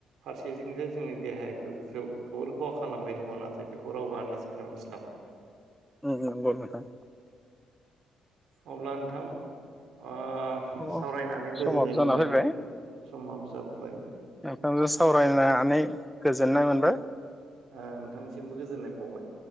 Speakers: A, on the right (about 80°); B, in the centre.
A: फारसेथिं जे जोंनि देहायाखौ खौ खोवोर खहा खालामबाय दङ नाथाय बेखौ रावबो आन्दाजखौनो मोनस्लाबा।
B: औ नोंगौ नोंथां
A: अब्ला नोंथां अ
B: अ
A: सावरायनानै गोजोननाय
B: समाबो जाना
A: मोनबाय
B: फैबाय
A: समाबो जाबोबाय।
B: नोंथांजो सावरायनानै गोजोननाय मोनबाय।
A: ओ नोंथांनिसिमबो गोजोनाय बाउबाय।